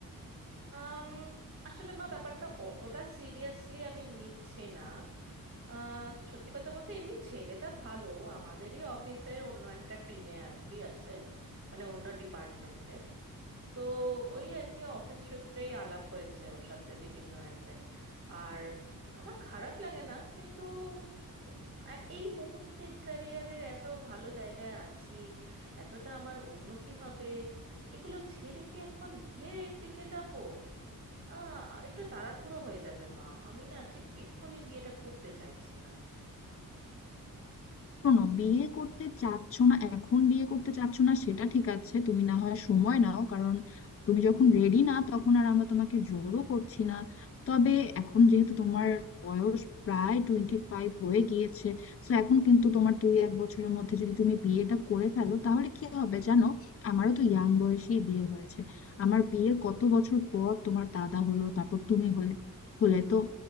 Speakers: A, on the right; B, on the left.
A: আম, আসলে মা ব্যাপারটা অতটা সিরিয়াসলি আমি নিচ্ছি না আহ, সত্যি কথা বলতে এমনি ছেলেটা ভালো আমাদেরই অফিসের অন্য একটা টিমে আর কি আছে মানে অন্য ডিপার্টমেন্টে তো ওই আর কি অফিস সূত্রেই আলাপ হয়েছে ওর সাথে বিভিন্ন এতে আর আমার খারাপ লাগে না কিন্তু উম, এক এই মুহূর্তে ক্যারিয়ারের এত ভালো জায়গায় আছি এতটা আমার উন্নতি হবে এগুলো ছেড়ে কি এখন বিয়ের দিকে যাব আহ একটু তাড়াহুড়ো হয়ে যাবে মা আমি না ঠিক এক্ষুনি বিয়েটা করতে চাইছি না
B: শোনো বিয়ে করতে চাচ্ছ না এখন বিয়ে করতে চাচ্ছ না সেটা ঠিক আছে তুমি না হয় সময় নাও কারণ তুমি যখন রেডি না তখন আর আমরা তোমাকে জোরও করছি না তবে এখন যেহেতু তোমার বয়স প্রায় টোয়েন্টি ফাইভ হয়ে গিয়েছে তো এখন কিন্তু তোমার দুই এক বছরের মধ্যে যদি তুমি বিয়েটা করে ফেলো তাহলে কি হবে জানো আমারও তো ইয়াং বয়সেই বিয়ে হয়েছে আমার বিয়ের কত বছর পর তোমার দাদা হলো তারপর তুমি হলে হলে তো